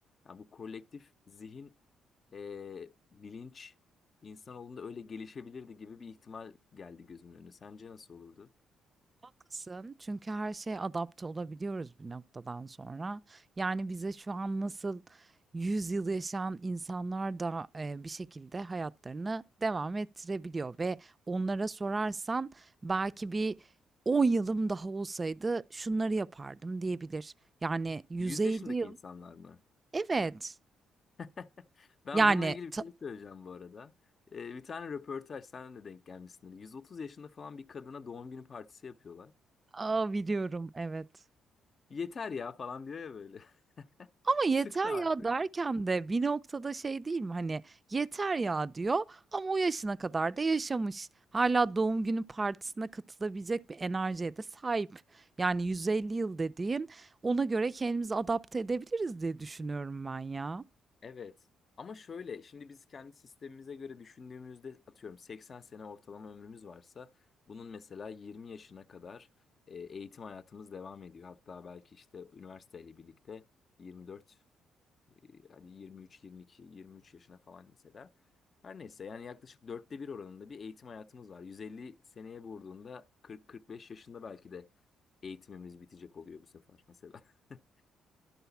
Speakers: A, on the left (about 45°); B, on the right (about 25°).
A: Yani bu kolektif zihin, e, bilinç insanoğlunda öyle gelişebilirdi gibi bir ihtimal geldi gözümün önüne. Sence nasıl olurdu?
B: Haklısın çünkü her şeye adapte olabiliyoruz bir noktadan sonra. Yani bize şu an nasıl 100 yıl yaşayan insanlar da e, bir şekilde hayatlarını devam ettirebiliyor ve onlara sorarsan belki bir 10 yılım daha olsaydı şunları yapardım diyebilir. Yani 150
A: 100 yaşındaki
B: yıl
A: insanlar mı?
B: Evet,
A: <laughs> Ben
B: yani
A: bununla ilgili bir
B: ta
A: şey söyleyeceğim bu arada. Ee, bir tane röportaj sen de denk gelmişsindir. 130 yaşında falan bir kadına doğum günü partisi yapıyorlar.
B: A, biliyorum, evet.
A: Yeter ya falan diyor ya böyle. <laughs>
B: Ama
A: Sıktı
B: "Yeter
A: artık.
B: ya!" derken de bir noktada şey değil mi, hani, "Yeter ya!" diyor ama o yaşına kadar da yaşamış. Hâlâ doğum günü partisine katılabilecek bir enerjiye de sahip. Yani 150 yıl dediğin, ona göre kendimizi adapte edebiliriz diye düşünüyorum ben ya.
A: Evet. Ama şöyle, şimdi biz kendi sistemimize göre düşündüğümüzde atıyorum 80 sene ortalama ömrümüz varsa bunun mesela 20 yaşına kadar e, eğitim hayatımız devam ediyor. Hatta belki işte üniversiteyle birlikte 24 e, hadi 23 22 23 yaşına falan mesela. Her neyse yani yaklaşık dörtte bir oranında bir eğitim hayatımız var. 150 seneye vurduğunda 40-45 yaşında belki de eğitimimiz bitecek oluyor bu sefer mesela. <laughs>